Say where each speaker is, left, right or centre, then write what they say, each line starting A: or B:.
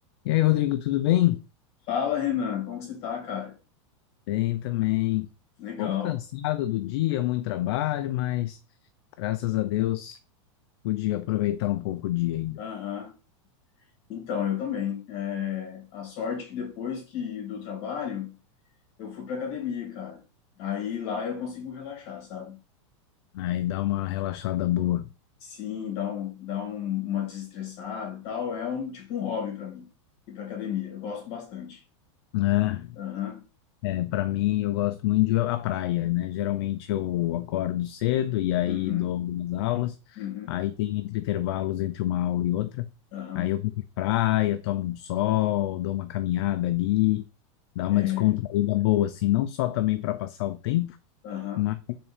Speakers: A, on the left; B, on the left.
A: E aí, Rodrigo, tudo bem?
B: Fala, Renan, como que você tá, cara?
A: Bem também.
B: Legal.
A: Um pouco cansado do dia, muito trabalho, mas graças a Deus pude aproveitar um pouco o dia ainda,
B: Aham. Então, eu também. É, a sorte que depois que do trabalho, eu fui pra academia, cara. Aí lá eu consigo relaxar, sabe?
A: né? E dar uma relaxada boa,
B: Sim, dá um, dá um, uma desestressada e tal. É um tipo um hobby pra mim ir pra academia. Eu gosto bastante.
A: né?
B: Aham.
A: É, para mim, eu gosto muito de ir à praia, né? Geralmente eu acordo cedo e aí
B: Uhum.
A: dou algumas aulas,
B: Uhum.
A: aí tem entre intervalos entre uma aula e outra.
B: Aham.
A: Aí eu vou pra praia, tomo um sol, dou uma caminhada ali, dá
B: É,
A: uma descontraída boa, assim, não só também para passar o tempo,
B: aham.
A: Mas